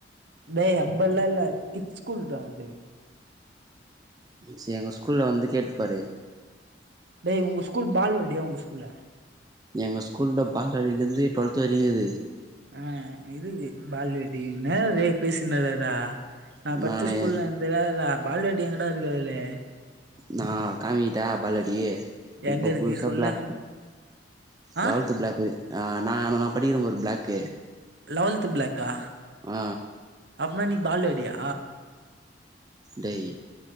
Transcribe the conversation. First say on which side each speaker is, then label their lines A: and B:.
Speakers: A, on the right; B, on the right.
A: டேய் அப்ட்லா இல்ல கிட்ஸ் ஸ்கூல்டா அது
B: சேர் எங்க ஸ்கூல்ல வந்து கேட்டு பாரு
A: டேய் உங்க ஸ்கூல் பால்வாடியா உங்க ஸ்கூல்ல
B: எங்க ஸ்கூல்லல பால்வாடியில இருந்து டுவெல்த் வரையு இக்குது
A: அ இருக்கு பால்வாடி என்னெயோ ஒன்னு பேசினு இற்றா நா படிச்ச
B: நானு
A: ஸ்கூல்ல தெரியாதுல்ல பால்வாடி எங்கடா இருக்குதுல்லே
B: நா காமிகிட்டா பால்வாடி
A: எங்க
B: இப்ப
A: இருக்கு
B: புதுசா
A: சொல்லு
B: பிளாக்கு
A: ஆ
B: லெவல்த்து பிளாக்கு நா நா படிக்கிற பாரு பிளாக்கு
A: லவன்தூ பிளக்கா
B: ஆ
A: அப்பிடினா நீ பால்வாடியா
B: டேய்